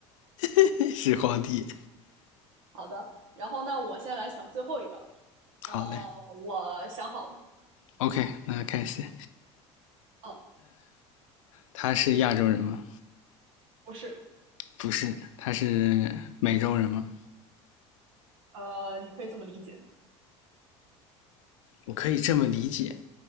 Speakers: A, on the left (about 80°); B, on the right (about 75°).
A: <laughs> 是皇帝。
B: 好的，然后那我现在来想最后一个，呃，
A: 好嘞
B: 我想好了，
A: ，OK，那开始。
B: 嗯，
A: 他是亚洲人吗？
B: 不是，
A: 不是，他是美洲人吗？
B: 呃，你可以这么理解，
A: 我可以这么理解，